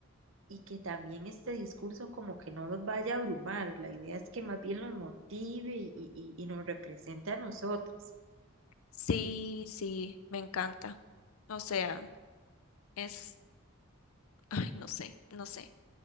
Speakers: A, on the right; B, on the left.
A: y que también este discurso como que no los vaya a abrumar. La idea es que más bien los motive y, y- y nos represente a nosotras.
B: sí, sí, me encanta. O sea, es, ay, no sé, no sé.